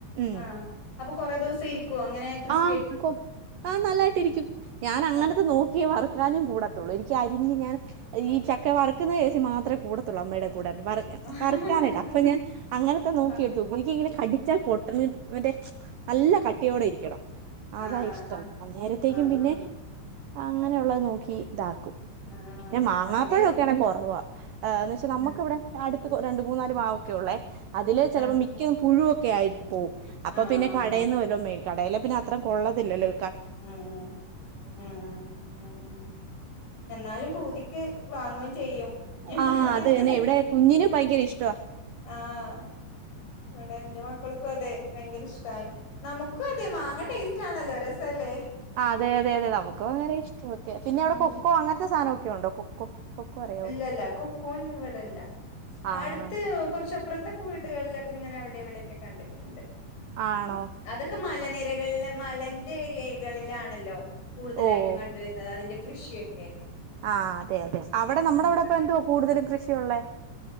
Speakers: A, on the right; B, on the left.
A: ഉം
B: ആഹ് അപ്പൊ കൊറേ ദെവസം ഇരിക്കുവോ അങ്ങനെ ക്രിസ്
A: ആ കൊ ആ നല്ലായിട്ടിരിക്കും ഞാൻ അങ്ങനത്തെ
B: അതെ
A: നോക്കിയെ വാ വറുക്കാനും കൂടത്തുള്ളു എനിക്ക് അരിഞ്ഞ് ഞാൻ ഈ ചക്ക വറുക്കുന്ന എസി മാത്രേ കൂടത്തുള്ളൂ അമ്മയുടെ അ വറ്
B: ആഹ്
A: വറ് ക്കാനായിട്ട് അപ്പ ഞാൻ അങ്ങനത്ത നോക്കിയെടുത്ത്
B: ആഹ്
A: വെക്കും എനിക്ക് ഇങ്ങനെ കടിച്ചാൽ പൊട്ടണ് മറ്റേ നല്ല കട്ടിയോടെ ഇരിക്കണം
B: ആഹ്
A: അതാ
B: ആഹ് ആഹ്
A: ഇഷ്ടം അന്നേരത്തേക്കും
B: ആഹ് ആഹ്
A: പിന്നെ
B: ആഹ് ആഹ്
A: അങ്ങനയുള്ളത് നോക്കി ഇതാക്കും
B: ആഹ്
A: പിന്നെ
B: ആഹ്
A: മാങ്ങാപ്പഴക്കെയാണേ
B: അതിന്
A: കൊറവാ എന്ന് വെച്ചാ നമ്മക്ക്
B: ആഹ്
A: ഇവിടെ അടു ത്ത് രണ്ട് മൂന്നാല് മാവും ക്കുള്ളേ അതില് ചെലപ്പം
B: ആഹ്
A: മിക്കതും പുഴു ക്കെ ആയി പോവും അപ്പൊ
B: ആഹ്
A: പിന്നെ
B: ആഹ്
A: കടേന്ന് വല്ലോം മേടി കടയിലെ പിന്നെ അ അത്ര കൊള്ളതില്ലല്ലൊ
B: ഉം ഉം ഉം ഉം എന്നാലും പൂതിക്ക് വാങ്ങുകയും ചെയ്യും ഞാനും
A: ആഹ്
B: അങ്ങൻതന്നെ
A: അത് തന്നെ ഇവിടെ കുഞ്ഞിന് ഭയങ്കര ഇഷ്ടവാ
B: ആഹ് ഇവിടെ എന്റെ മക്കൾക്കും അതെ ഭയങ്കര ഇഷ്ടാണ് നമുക്കും അതെ മാങ്ങ ടേസ് റ്റാണല്ലോ രസമല്ലേ
A: ആ അതെ അതെ അതെ നമുക്ക് ഭയങ്കര ഇഷ്ടമൊക്കെയാ പിന്നെ
B: ഉം
A: ഇവിടെ കൊക്കോ അങ്ങനത്തെ സാധന ഒക്കെ ഉണ്ടോ കൊക്കോ കൊക്കോ അറിയാവോ
B: ഇല്ലല്ല കൊക്കോ ന്നും ഇവിടെ ഇല്ല
A: ആഹ്
B: അടുത്ത് കൊറച്ചപ്പുറത്തൊക്കെ വീ ടുകളിലൊക്കെ ഇങ്ങനെ അവിടെ ഇവിടെയൊക്കെ കണ്ടിട്ടുണ്ട്
A: ആണോ
B: അതൊക്കെ മലനിരകളില മല ന്റെ ഏരിയകളിലാണല്ലോ കൂടുതലായിട്ടും
A: ഓഹ്
B: കണ്ടുവരുന്നത് അതിന്റെ കൃഷിയൊക്കെ
A: ആഹ് അ തെയതെ
B: ഉം
A: അവിടെ നമ്മുടെ
B: അങ്ങനെ
A: ഇവിടെ
B: കണ്ടിട്ട്
A: ഇപ്പോ എന്തുവാ കൂടുതലും കൃഷിയുള്ളെ